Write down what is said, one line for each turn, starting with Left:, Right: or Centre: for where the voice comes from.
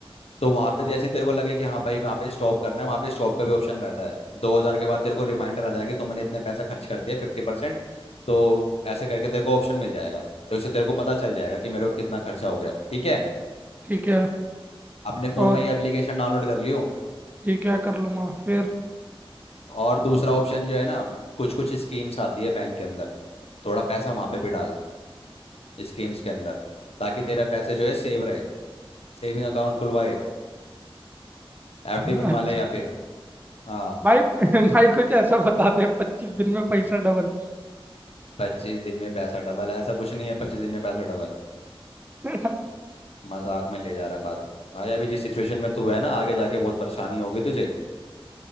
Left: तो वहां पे जैसे तेरे को लगे कि हाँ भाई वहाँ पे स्टॉप करना है वहाँ पे स्टॉप का भी ऑप्शन रहता है दो हजार के बाद तेरे को रिमाइंडर आ जाएगी तुमने इतने पैसा खर्च कर दिया फिफ्टी परसेंट तो ऐसे करके तेरे को ऑप्शन मिल जाएगा तो इससे तेरे को पता चल जाएगा कि मेरे को कितना खर्चा हो गया ठीक है
Right: ठीक है
Left: अपने
Right: और
Left: फोन में ये एप्लीकेशन डाउनलोड कर लियो
Right: ये क्या कर लूंगा फिर
Left: और दूसरा ऑप्शन जो है ना कुछ कुछ स्कीम्स आती है बैंक के अंदर थोड़ा पैसा वहाँ पे भी डाल स्कीम्स के अंदर ताकि तेरा पैसे जो है सेव रहे सेविंग अकाउंट खुलवा एक एफडी
Right: हम्म,
Left: बनवा
Right: अच्छा
Left: ले या फिर हाँ
Right: भाई <laughs> भाई कुछ ऐसा बता दे पच्चीस दिन में पैसा डबल
Left: पच्चीस दिन में पैसा डबल ऐसा कुछ नहीं है पच्चीस दिन में पैसा डबल
Right: अच्छा
Left: मजाक में ले जा रहा है बात भाई अभी जिस सिचुएशन में तू है ना आगे जाके बहुत परेशानी होगी तुझे